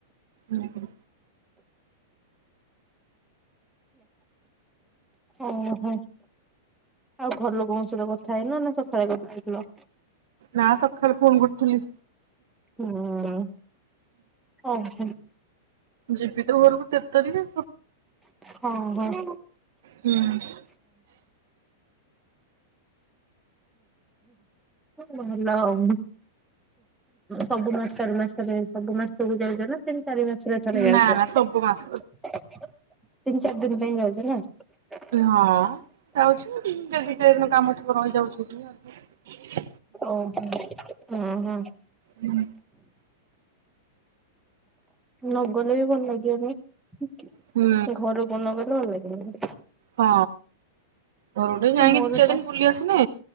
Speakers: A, on the right; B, in the centre.
A: ହୁଁ ହୁଁ।
B: ଓହୋ। ଆଉ ଘର ଲୋକଙ୍କ ସହିତ କଥା ହେଇନ ନା ସକାଳେ କଥା ହେଇଥିଲ?
A: ନା ସକାଳେ ଫୋନ୍ କରିଥିଲି।
B: ଅ ଓହୋ।
A: ଯିବି ତ ଘରକୁ କେତେ ଦିନ
B: ହଁ ହଁ।
A: ହୁଁ
B: ଭଲ ଆଉ। ସବୁ ମାସ ଚାରି ମାସରେ ସବୁ ମାସରେ ଯାଉଛ ନା ତିନି ଚାରି ମାସ ଥରେ ଥରେ ଯାଉଛ
A: ନା ନା ସବୁ ମାସ
B: ତିନି ଚାରି ଦିନ ପାଇଁ ଯାଉଛ ପରା?
A: ହଁ ଯାଉଛି କେବେ କେମିତି କାମ ଥିବ ରହି ଯାଉଛି
B: ଆଉ କଣ ହୁଁ ହିଁ।
A: ହୁଁ।
B: ନଗଲେ ବି ଭଲ ଲାଗିବନି
A: ହୁଁ
B: ଘର ଫୋନ୍ ଲଗେଇଲେ ଲାଗୁନି
A: ହଁ ଘରକୁ ଟିକେ ଯାଇକି
B: ମୋର
A: ଦି ଚାରି
B: ତ
A: ଦିନ ବୁଲି ଆସିଲେ।